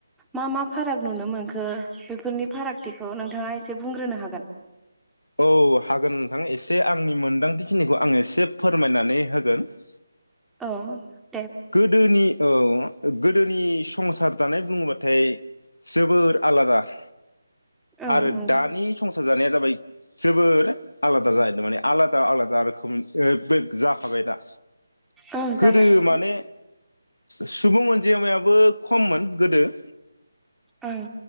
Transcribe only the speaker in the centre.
मा मा फाराग नुनो मोनखो बेफोरनि फारागथिखौ नोंथाङा एसे बुंग्रोनो हागोन?
औ ।
औ
नंगौ
औ
जाबाय <unintelligible>
ओं